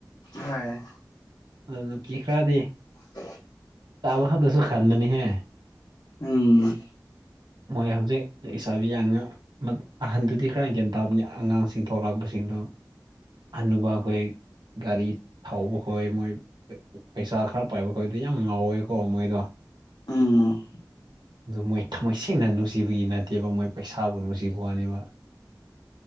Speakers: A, on the left (about 70°); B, on the right (about 80°).
A: ꯍꯥꯏ
B: ꯑꯗꯨ ꯅꯨꯄꯤ ꯈꯔꯗꯤ
A: <unintelligible>
B: ꯆꯥꯕ ꯈꯛꯗꯁꯨ ꯈꯟꯕꯅꯤꯍꯦ꯫
A: ꯎꯝ
B: ꯃꯣꯏ ꯍꯧꯖꯤꯛ ꯏꯁꯥꯕꯤ ꯌꯥꯡꯉ ꯃꯛ ꯑꯍꯟꯗꯨꯗꯤ ꯈꯔ ꯒ꯭ꯌꯥꯟ ꯇꯥꯕꯅꯤ ꯑꯉꯥꯡꯁꯤꯡ ꯊꯣꯛꯂꯛꯄꯁꯤꯡꯗꯨ ꯍꯥꯅꯨꯕ ꯑꯩꯈꯣꯏ ꯒꯥꯔꯤ ꯊꯧꯕꯈꯣꯏ ꯃꯣꯏ ꯄꯩꯁꯥ ꯈꯔ ꯄꯥꯏꯕ ꯈꯣꯏꯗꯤ ꯌꯥꯝ ꯉꯥꯎꯋꯦꯀꯣ ꯃꯣꯏꯗꯣ
A: ꯎꯝ
B: ꯑꯗꯨ ꯃꯣꯏ ꯊꯃꯣꯏ ꯁꯦꯡꯅ ꯅꯨꯡꯁꯤꯕꯒꯤ ꯅꯠꯇꯦꯕ ꯃꯣꯏ ꯄꯩꯁꯥꯕꯨ ꯅꯨꯡꯁꯤꯕ ꯋꯥꯅꯦꯕ